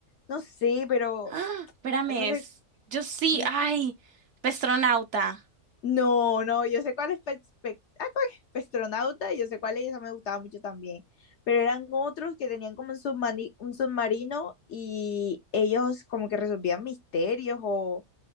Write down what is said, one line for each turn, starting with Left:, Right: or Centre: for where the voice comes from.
Left: no sé, pero
Right: Ah, espérame,
Left: no, re-
Right: es. Yo sí,
Left: no,
Right: ay, Pestronauta,
Left: no, no, yo sé cuál es Pes- Pe- ah, ¿cuál es? Pestronauta, yo sé cuál es, esa me gustaba mucho también, pero eran otros que tenían como un submani- un submarino y ellos como que resolvían misterios o,